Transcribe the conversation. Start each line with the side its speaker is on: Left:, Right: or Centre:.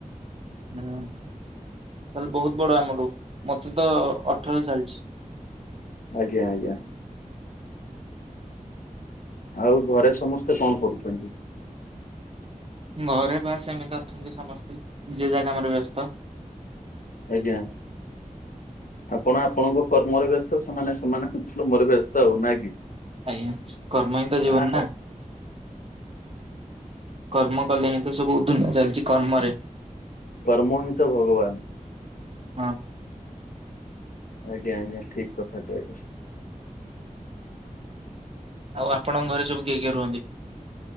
Right: ହୁଁ ତାହେଲେ ବହୁତ ବଡ ଆମଠୁ ମତେ ତ ଅଠର ଚାଲିଛି।
Left: ଆଜ୍ଞା ଆଜ୍ଞା। ଆଉ ଘରେ ସମସ୍ତେ କଣ କରୁଛନ୍ତି?
Right: ଘରେ ବାସ୍ ଏମିତି ଅଛନ୍ତି ସମସ୍ତେ ଯିଏ ଯାଗକା ଆମରେ ବ୍ୟସ୍ତ।
Left: ଆଜ୍ଞା। ଆପଣ ଆପଣଙ୍କ କର୍ମରେ ବ୍ୟସ୍ତ ସେମାନେ ସେମାନେ ମର ବ୍ୟସ୍ତ ଆଉ ନାଇଁ କି
Right: ଆଜ୍ଞା କର୍ମ ହିଁ ତ ଜୀବନ
Left: ଆ ହଉ
Right: ନା। କର୍ମ କଲେ ହିଁ ତ ସବୁତ ଧୁନିଆ ଚାଲିଛି କର୍ମରେ।
Left: କର୍ମ ହିଁ ତ ଭଗବାନ।
Right: ହଁ।
Left: ଆଜ୍ଞା ଆଜ୍ଞା ଠିକ କଥାଟି କହିଲେ।
Right: ଆଉ ଆପଣଙ୍କ ଘରେ ସବୁ କିଏ କିଏ ରୁହନ୍ତି?